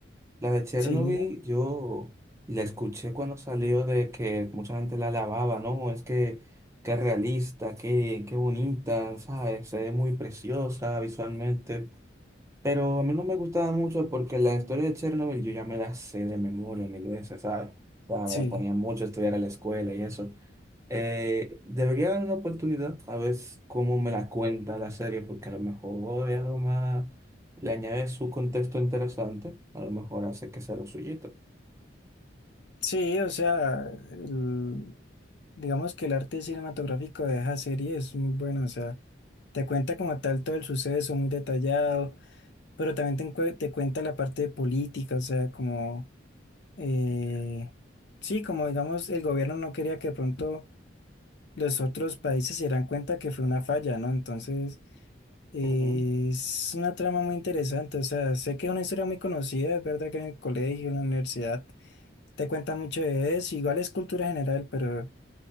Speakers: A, on the right; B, on the left.
A: La de Chernobyl
B: Sí, dime,
A: yo la escuché cuando salió de que mucha gente la alababa, ¿no? Es que qué realista, qué, qué bonita, ¿sabes? Se ve muy preciosa visualmente. Pero a mí no me gustaba mucho porque la historia de Chernobyl yo ya me la sé de memoria mil veces, ¿sabes? O sea,
B: sí.
A: me la ponía mucho a estudiar a la escuela y eso. Eh, debería dar una oportunidad a ver cómo me la cuenta la serie, porque a lo mejor es algo más, le añade su contexto interesante, a lo mejor hace que sea lo suyito.
B: Sí, o sea, el- digamos que el arte cinematográfico de esa serie es muy bueno, o sea, te cuenta como tal todo el suceso muy detallado, pero también te, encue- te cuenta la parte política, o sea, como, eh, sí, como digamos, el gobierno no quería que de pronto los otros países se dieran cuenta que fue una falla, ¿no? Entonces, eh,
A: Ujú.
B: es una trama muy interesante, o sea, sé que es una historia muy conocida, es verdad que en el colegio, en la universidad te cuenta mucho de eso, igual es cultura general, pero